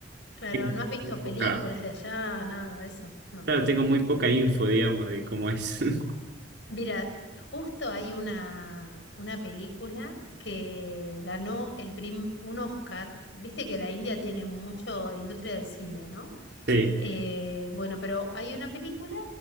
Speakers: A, on the left; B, on the right.
A: Claro,
B: Tengo
A: no has visto
B: muy poca,
A: películas de allá, nada de eso. No.
B: claro, tengo muy poca info, digamos, de cómo es. <laughs>
A: Mira, justo hay una, una película que ganó el prim- un Oscar. Viste que la India tiene mucho industria del cine, ¿no?
B: Sí.
A: Eh, bueno, pero hay una película